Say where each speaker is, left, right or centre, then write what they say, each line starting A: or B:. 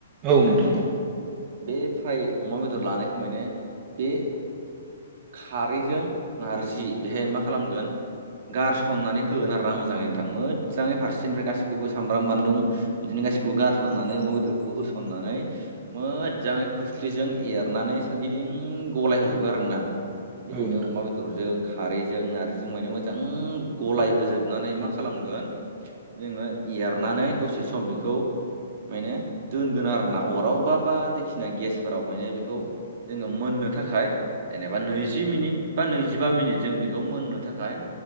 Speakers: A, on the right; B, on the right.
A: औ नोंथांौ
B: बे फ्राय अमा बेदर लानायखौ माने बे खारैजों नारजि बेहाय मा खालामगोन गारसननानै होगोन आरोना मोजाङैनो नोंथां मोजाङै फारसेनिफ्राय गासैखौबो सामब्राम बानलुम बिदिनो गासिखौबो गारसननानै अमा बेदरखौबो होसननानै मोजाङै खोस्लिजों एरनानै सोरगिदिं गलाय होजोबो आरोना
A: औ
B: बिदिनो
A: नोंथां
B: अमा बेदर बेदरजों खारैजों नारजिजों माने मोजां गलाय होजोबनानै मा खालामगोन जोङो एरनानै दसे सम बेखौ मायने दोनगोन आरो ना अराव बा बा जेखिना गेसफोराव माने बेखौ जोङो मोननो थाखाय जेनेबा नैजि मिनिट बा नैजिबा मिनिट जों बेखौ मोननो थाखाय